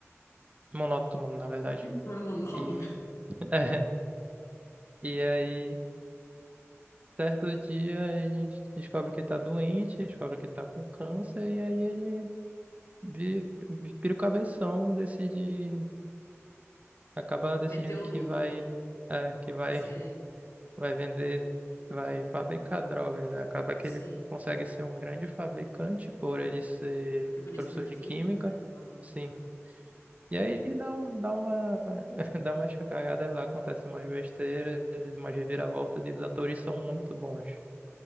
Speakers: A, on the right; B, on the left.
A: monótono, na verdade.
B: Não é um monólogo.
A: E, <laughs> é, e aí, certo dia, ele descobre que ele tá doente, descobre que ele tá com câncer, e aí ele vi- vi- vira o cabeção, decide, acaba
B: <laughs>
A: decidindo
B: Meteu
A: que
B: o louco,
A: vai,
B: né?
A: é, que vai,
B: Sei.
A: vai vender, vai fabricar drogas, né? Acaba que
B: Sim.
A: ele consegue ser um grande fabricante por ele ser
B: Tem conhecimento
A: professor de
B: químico,
A: química.
B: né? Aham.
A: Sim. E aí dá, um, dá uma <laughs> dá umas cagadas lá, acontece umas besteiras, umas reviravoltas e os atores são muito bons.